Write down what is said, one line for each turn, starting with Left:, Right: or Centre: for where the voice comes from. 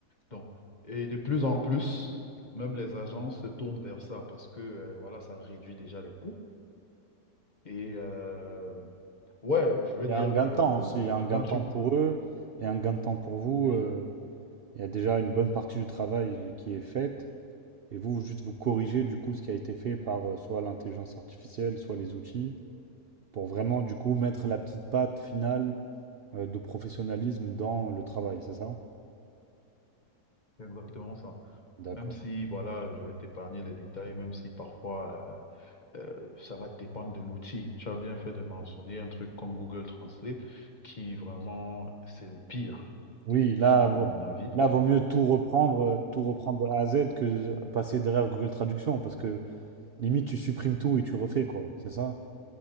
Left: Donc, et de plus en plus, même les agences se tournent vers ça parce que euh, voilà, ça réduit déjà les coûts. Et euh, ouais, je veux
Right: Il y
Left: dire,
Right: a un gain
Left: euh,
Right: de temps aussi. Il y a un gain
Left: quand
Right: de
Left: tu...
Right: temps pour eux et un gain de temps pour vous.
Left: Oui,
Right: euh, il y a déjà une bonne partie du travail qui est faite et vous, vous juste vous corrigez du coup ce qui a été fait par euh, soit l'intelligence artificielle, soit les outils pour vraiment du coup mettre la petite patte finale euh, de professionnalisme dans le travail, c'est ça?
Left: c'est exactement ça.
Right: D'accord.
Left: Même si, voilà, je vais t'épargner les détails, même si parfois... euh, Euh, ça va dépendre de l'outil. Tu as bien fait de mentionner un truc comme Google Translate qui vraiment, c'est le pire,
Right: Oui, là,
Left: si tu
Right: vaut,
Left: veux mon avis.
Right: là, vaut mieux tout reprendre, euh, tout reprendre de A à Z que passer derrière Google Traduction, parce que limite, tu supprimes tout et tu refais, quoi. C'est ça?